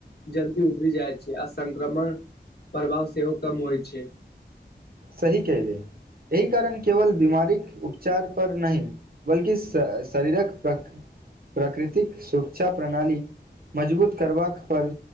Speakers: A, on the left; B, on the right.
A: जल्दी उभरि जाइ छै आ संक्रमण प्रभाव सेहो कम होइ छै
B: सही केहले एहि कारण केवल बीमारीके उपचार पर नहि बल्कि श शरीरक प्र प्रकृतिक सुर्षा प्रणाली मजबूत करबाक पर